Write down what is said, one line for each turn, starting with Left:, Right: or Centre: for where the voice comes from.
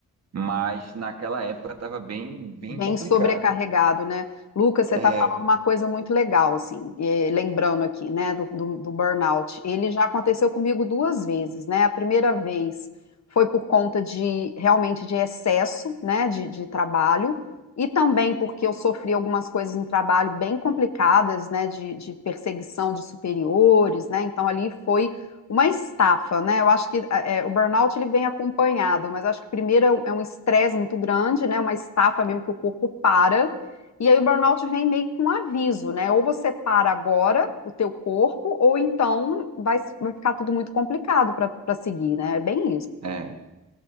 Right: Mas naquela época estava bem, bem
Left: Bem
Right: complicado.
Left: sobrecarregado, né? Lucas, você
Right: É,
Left: está falando uma coisa muito legal, assim, eh, lembrando aqui, né, do, do, do burnout. Ele já aconteceu comigo duas vezes, né? A primeira vez foi por conta de realmente de excesso, né, de, de trabalho, e também porque eu sofri algumas coisas no trabalho bem complicadas, né, de, de perseguição de superiores, né? Então ali foi uma estafa, né? Eu acho que é, é, o burnout ele vem acompanhado, mas acho que primeiro é um- é um estresse muito grande, né? Uma estafa mesmo que o corpo para. E aí o burnout vem meio com um aviso, né? Ou você para agora o teu corpo, ou então vai, vai ficar tudo muito complicado para para seguir, né? É bem isso.
Right: é,